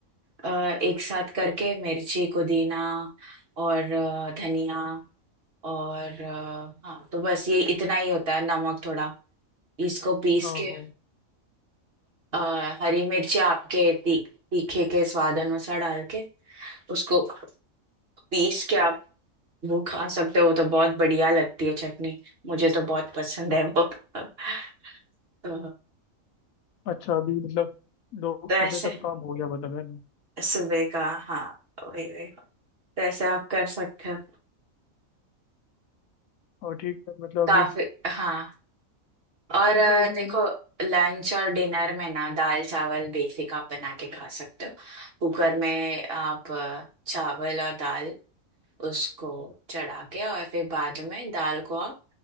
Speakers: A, on the right; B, on the left.
A: अ, एक साथ करके मिर्ची पुदीना और अ, धनिया और अ, हाँ तो बस ये इतना ही होता है नमक थोड़ा इसको पीस
B: हाँ
A: के
B: हाँ
A: अ, हरी मिर्ची आपके ती, तीखे के स्वाद अनुसार डाल के उसको पीस के आप वो खा सकते हो तो बहुत बढ़िया लगती है चटनी मुझे तो बहुत पसंद
B: अच्छा।
A: है वो <laughs> तो
B: अच्छा अभी मतलब दो
A: तो ऐसे
B: सुबह का तो काम हो गया मतलब है ना
A: सुबह का हाँ वही वही तो ऐसे आप कर सकते हो
B: और ठीक है मतलब
A: काफी
B: अभी
A: हाँ और
B: मतलब
A: अ,
B: अभी
A: देखो
B: है ना
A: लंच और डिनर में ना दाल चावल बेसिक आप बना के खा सकते हो कुकर में आप अ, चावल और दाल उसको चढ़ा के और फिर बाद में दाल को आप